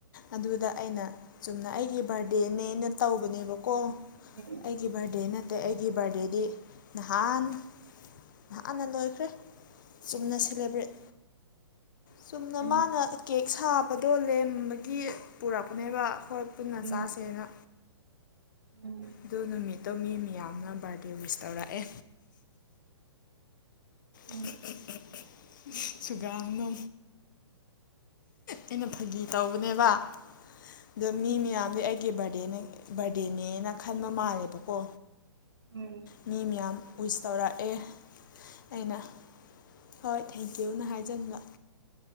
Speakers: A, on the left; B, on the right.
A: ꯑꯗꯨꯗ ꯑꯩꯅ ꯆꯨꯝꯅ ꯑꯩꯒꯤ ꯕꯥꯔꯗꯦꯅꯦꯅ ꯇꯧꯕꯅꯦꯕꯀꯣ
B: ꯎꯝ
A: ꯑꯩꯒꯤ ꯕꯥꯔꯗꯦ ꯅꯠꯇꯦ ꯑꯩꯒꯤ ꯕꯥꯔꯗꯦꯗꯤ ꯅꯍꯥꯟ ꯅꯍꯥꯟꯅ ꯂꯣꯏꯈ꯭ꯔꯦ ꯆꯨꯝꯅ ꯁꯦꯂꯦꯕ꯭ꯔꯦꯠ ꯆꯨꯝꯅ
B: ꯎꯝ
A: ꯃꯥꯅ ꯀꯦꯛ ꯁꯥꯕꯗꯣ ꯂꯦꯝ ꯒꯤ ꯄꯨꯔꯛꯄꯅꯦꯕ ꯈꯣꯏ ꯄꯨꯟꯅ
B: ꯎꯝ
A: ꯆꯥꯁꯦꯅ
B: ꯎꯝ
A: ꯑꯗꯨ ꯅꯨꯃꯤꯠꯇꯣ ꯃꯤ ꯃꯤꯌꯥꯝꯅ ꯕꯥꯔꯗꯦ ꯋꯤꯁ ꯇꯧꯔꯛꯑꯦ
B: ꯎꯝ
A: <unintelligible> ꯁꯨꯒꯝ ꯅꯣ ꯑꯩꯅ ꯐꯥꯒꯤ ꯇꯧꯕꯅꯦꯕ ꯑꯗꯣ ꯃꯤ ꯃꯌꯥꯝꯗꯤ ꯑꯩꯒꯤ ꯚꯔꯗꯦꯅꯦ ꯕꯥꯔꯗꯦꯅꯦꯅ ꯈꯟꯕ ꯃꯥꯜꯂꯦꯕꯀꯣ
B: ꯎꯝ
A: ꯃꯤ ꯃꯌꯥꯝ ꯋꯤꯁ ꯇꯧꯔꯛꯑꯦ ꯑꯩꯅ ꯍꯣꯏ ꯊꯦꯡꯀ꯭ꯌꯨꯅ ꯍꯥꯏꯖꯟꯕ